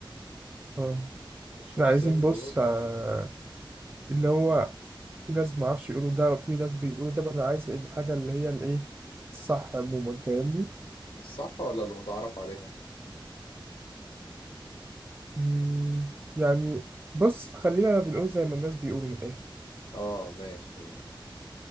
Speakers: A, on the right; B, on the left.
A: اه
B: الشخصين
A: احنا عايزين بص
B: دول
A: آه، اللي هو في ناس معرفش يقولوا ده وفي ناس بيقولوا ده بقى انا عايز الحاجة اللي هي الايه الصح عموما فاهمني
B: الصح ولا اللي متعارف عليها؟
A: مم، يعني بص خلينا بنقول زي ما الناس بيقولوا من الآخر
B: آه ماشي ماشي